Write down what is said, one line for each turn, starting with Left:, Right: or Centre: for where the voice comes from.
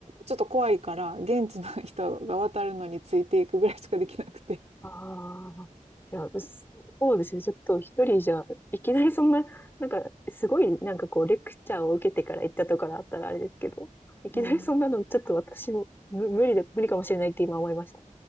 Right: ちょっと怖いから、現地の <laughs> 人が渡るのについていくぐらいしかできなくて。
Left: ああ、いや、私そうですね。ちょっと一人じゃ、いきなりそんな、なんか、すごい、なんかこう、レクチャーを受けてから行ったとかだったらあれですけど、いきなりそんなの、
Right: うん。
Left: ちょっと私も、む無理だ、無理かもしれないって今思いました。